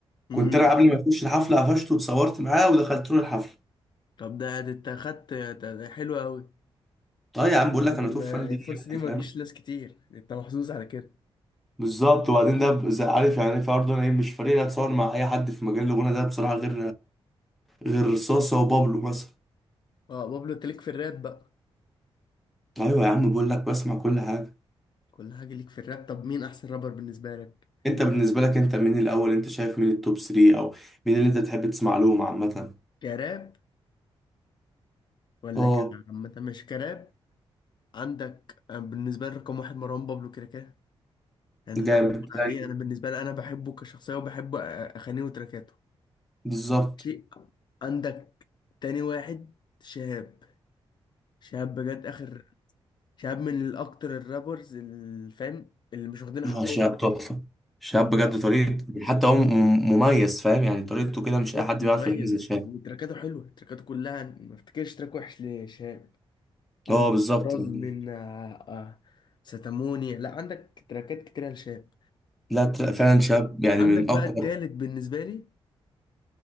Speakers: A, in the centre; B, on the left.
A: كنت
B: امم
A: انا قبل ما يخش الحفلة قفشته واتصورت معاه ودخلت له الحفلة
B: طب ده ده انت اخدت ده, ده حلو قوي
A: طيب يا عم بقول
B: دي
A: لك انا توب
B: ما-
A: فان ليه
B: الفرصة
A: يعني
B: دي ما
A: فاهم
B: تجيش ناس كتير انت محظوظ على كده
A: بالظبط وبعدين ده ب- زي- عارف يعني في برضه انا ايه مش فريق اتصور مع اي حد في مجال الغنى ده بصراحة غير غير صاصة وبابلو مثلا
B: اه بابلو انت ليك في الراب بقى
A: ايوه يا عم بقول لك بسمع كل حاجة
B: كل حاجة ليك في الراب طب مين احسن رابر بالنسبة لك
A: انت بالنسبة لك انت مين الاول انت شايف مين التوب 3 او مين اللي انت تحب تسمع لهم عامة
B: كراب ولا
A: اه
B: كعامة مش كراب عندك آه، بالنسبة لي رقم واحد مروان بابلو كده كده يعني
A: جامد
B: لا غبار عليه
A: زي
B: انا بالنسبه لي انا بحبه كشخصيه وبحب اغانيه وتراكاته
A: بالظبط
B: شيء عندك تاني واحد شهاب شهاب بجد اخر شهاب من الاكتر الرابرز الفام اللي مش واخدين
A: لا
B: حقهم
A: شاب تحفة
B: خالص
A: شاب بجد
B: لا
A: طريقة حتى هو م- مميز فاهم يعني طريقته كده مش
B: بالظبط
A: أي حد
B: مميز
A: بيعرف يغني زي شاب
B: وتراكاته حلوه تراكاته كلها ما افتكرش تراك وحش لشهاب عندك
A: هو بالظبط
B: راز
A: يعني
B: من آه، آه، ستاموني لا عندك تراكات كتيره لشهاب
A: لا تلاقي فعلا شاب يعني
B: عندك
A: من
B: بقى
A: أقوى
B: التالت بالنسبه لي